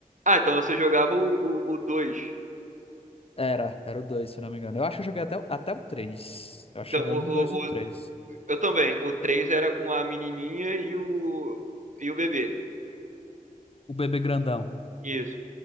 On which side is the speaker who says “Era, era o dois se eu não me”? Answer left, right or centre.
Left